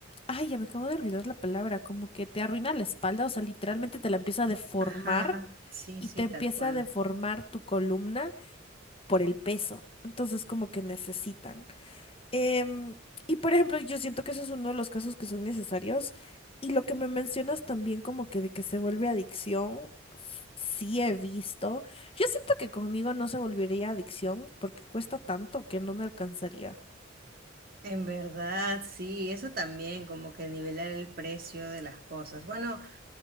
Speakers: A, on the left; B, on the right.
A: Ay, ya me acabo de olvidar la palabra, como que te arruina la espalda, o sea, literalmente te la empieza a deformar
B: Ajá, sí,
A: y
B: sí,
A: te empieza
B: tal cual.
A: a deformar tu columna por el peso. Entonces, como que necesitan. Em, y por ejemplo, yo siento que eso es uno de los casos que son necesarios. Y lo que me mencionas también como que de que se vuelve adicción, f- sí he visto. Yo siento que conmigo no se volvería adicción porque cuesta tanto que no me alcanzaría.
B: En verdad, sí, eso también, como que nivelar el precio de las cosas. Bueno,